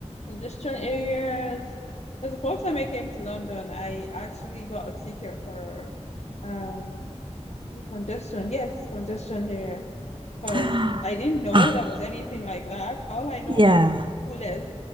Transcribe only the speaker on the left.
congestion areas because the first time I came to London I actually got a ticket for um is it congestion yes congestion here because
I didn't know
there was anything like that. All I know
was ULEZ,